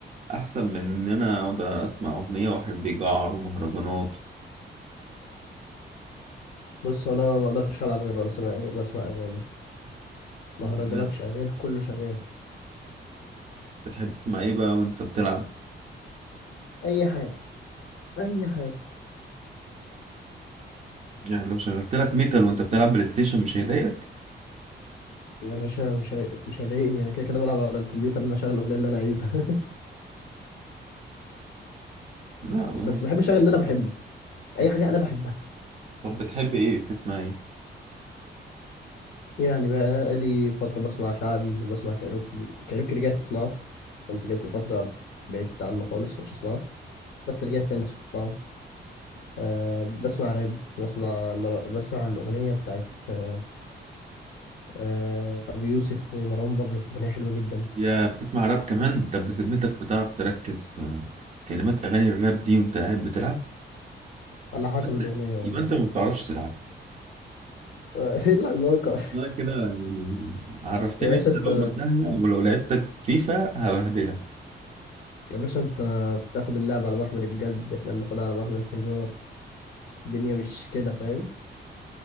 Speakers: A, on the right; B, on the left.
A: احسن من ان انا اقعد اسمع اغنية واحد بيجعر ومهرجانات
B: بص هو انا ما اقدرش العب غير وانا سامع بسمع اغاني مهرجانات
A: بجد
B: شغال كله شغال
A: بتحب تسمع ايه بقى وانت بتلعب؟
B: اي حاجه اي حاجه
A: يعني لو شغلت لك ميتال وانت بتلعب بلاي ستيشن مش هيضايقك
B: يا باشا مش هي... مش هيضايقني انا كده كده بلعب على الكمبيوتر ان انا اشغل الاغنيه اللي انا عايزها <laughs>
A: لا م-
B: بس بحب اشغل اللي انا بحبه اي
A: بس
B: حاجه انا بحبها
A: طب بتحب ايه بتسمع ايه
B: يعني بقى لي فتره بسمع شعبي وبسمع كايروكي كايروكي رجعت اسمعه كنت جات لي فتره بعدت عنه خالص مش اسمعه بس رجعت تاني اسمعه أه بسمع راب بسمع مر... بسمع الاغنيه بتاعت أه آه، ابي يوسف ومروان بابلو اغنيه حلوه جدا
A: يا بتسمع راب كمان طب بذمتك بتعرف تركز في كلمات اغاني الراب دي وانت قاعد بتلعب
B: على حسب
A: يبقى انت
B: الاغنيه والله
A: يبقى انت ما بتعرفش تلعب
B: <laughs> ايه العلاقه
A: انا كده يعني عرفتني
B: يا باشا
A: انت
B: انت
A: لقمة سهلة ولو لعبتك فيفا هبهدلك
B: يا باشا انت بتاخد اللعب على محمل الجد احنا بناخدها على محمل الهزار الدنيا مش كده فاهم